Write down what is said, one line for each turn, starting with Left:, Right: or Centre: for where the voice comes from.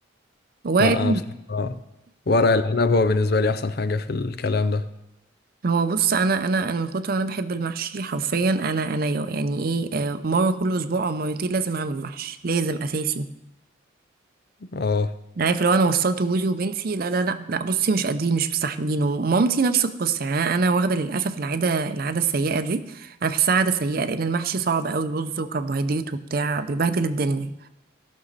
Right: وارد
Left: لا انا بصراحه ورق العنب هو بالنسبه لي احسن حاجه في الكلام ده
Right: هو بص انا انا انا من كتر ما انا بحب المحشي حرفيا انا انا يو- يعني ايه آه، مره كل اسبوع او مرتين لازم اعمل محشي لازم اساسي
Left: اه
Right: أنا عارف لو انا وصلت جوزي وبنتي لا لا لا لا بصي مش قادرين مش مستحملين ومامتي نفس القصه يعني انا أنا واخده للاسف العاده العاده السيئه دي انا بحسها عاده سيئه لان المحشي صعب قوي رز وكربوهيدرات وبتاع بيبهدل الدنيا